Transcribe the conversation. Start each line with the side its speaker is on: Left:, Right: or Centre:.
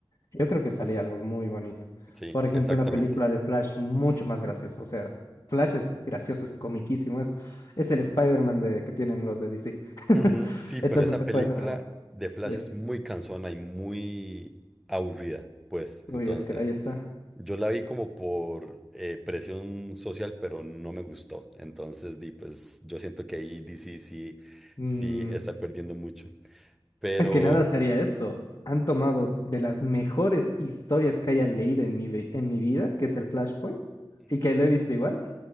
Left: Yo creo que salía algo muy bonito.
Centre: sí,
Left: Por ejemplo,
Centre: exactamente.
Left: una película de Flash mucho más graciosa. O sea, Flash es gracioso, es comiquísimo. Es, es el Spider-Man de, que tienen los de DC. <laughs>
Centre: Ujú, Sí,
Left: Entonces
Centre: pero esa
Left: se
Centre: película
Left: puede hacer una buena.
Centre: de Flash
Left: Uy,
Centre: es muy cansona y muy aburrida, pues.
Left: uy,
Centre: Entonces,
Left: es que ahí está.
Centre: yo la vi como por eh, presión social, pero no me gustó. Entonces, di, pues, yo siento que ahí DC sí,
Left: Mm,
Centre: sí está perdiendo mucho. Pero...
Left: es que nada sería eso. Han tomado de las mejores historias que haya leído en mi, vi- en mi vida, que es el Flashpoint,
Centre: Ujú.
Left: y que lo he visto igual,